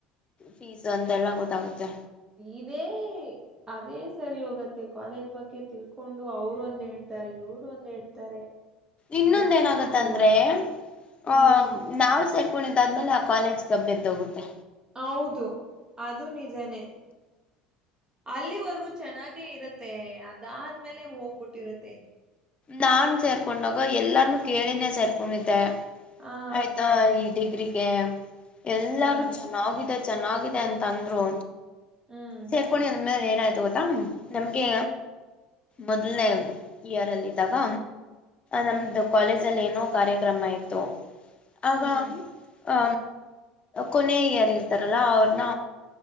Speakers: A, on the left; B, on the right.
A: ಫೀಸ್ ಅಂತ ಎಲ್ಲಾ ಗೊತ್ತಾಗುತ್ತೆ
B: ಇದೇ ಅದೇ ಸರಿ ಹೋಗತ್ತೆ ಕಾಲೇಜ್ ಬಗ್ಗೆ ತಿಳ್ಕೊಂಡು ಅವರೊಂದು ಹೇಳ್ತಾರೆ ಇವರು ಒಂದ ಹೇಳ್ತಾರೆ
A: ಇನ್ನೊಂದ
B: ಗೊತ್ತೇ
A: ಏನಾಗತ್ತಂದ್ರೆ
B: ಆಗಲ್ಲ
A: ಆ
B: ಹ್ಮ್
A: ನಾವು ಸೇರ್ಕೊಂಡಿದ್ದಾದ್ಮೇಲೆ ಆ ಕಾಲೇಜ್ ಗಬ್ಬೆದ್ದೋಗುತ್ತೆ
B: ಹೌದು ಅದು ನಿಜನೇ ಅಲ್ಲಿವರ್ಗೂ ಚೆನ್ನಾಗೆ ಇರತ್ತೆ ಅದಾದ್ಮೇಲೆ ಹೋಗ್ಬಿಟ್ಟಿರತ್ತೆ
A: ನಾ ಸೇರ್ಕೊಂಡಾಗ ಎಲ್ಲಾನೂ ಕೇಳಿನೇ ಸೇರ್ಕೊಂಡಿದ್ದೆ
B: ಆ
A: ಆಯ್ತಾ ಈ ಡಿಗ್ರಿಗೆ ಎಲ್ಲಾರು
B: ಹ್ಮ್
A: ಚೆನ್ನಾಗಿ ಚೆನ್ನಾಗಿದೆ ಅಂತಂದ್ರು
B: ಹ್ಮ್
A: ಸೇರ್ಕೊಂಡ್ಮೇಲೆ ಆಯ್ತ ಗೊತ್ತಾ ನಮ್ಗೆ ಮೊದಲ್ನೇ ಇಯರ್ಲ್ಲಿ ಗ ನಮ್ದು
B: ಹ್ಮ್
A: ಕಾಲೇಜ ಅಲ್ಲಿ ಏನೋ ಕಾರ್ಯಕ್ರಮ ಇತ್ತು
B: ಹ್ಮ್
A: ಆಗ ಆ ಕೊನೆ ಯಾರ ಇರ್ತಾರಲ್ಲ ಅವ್ರನ್ನ